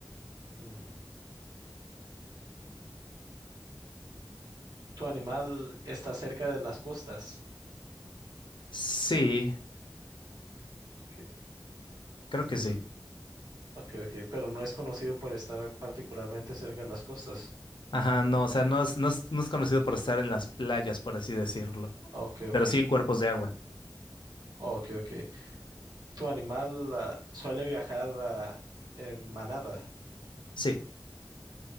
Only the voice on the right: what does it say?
Mm, Tu animal está cerca de las costas.
Ok,
mm,
ok, ok, pero no es conocido por estar particularmente cerca de las costas.
Ok, ok,
ok, ok. Tu animal ah, suele viajar ah, en manada.